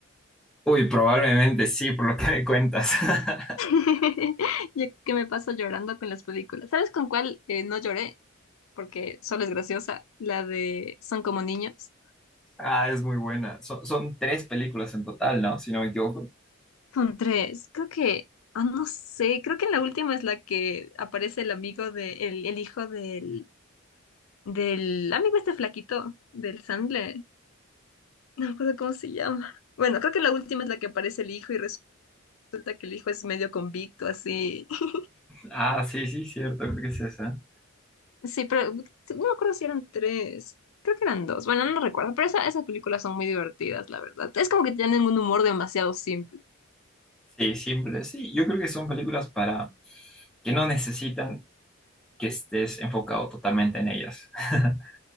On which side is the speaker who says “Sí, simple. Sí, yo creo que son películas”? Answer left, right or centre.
Centre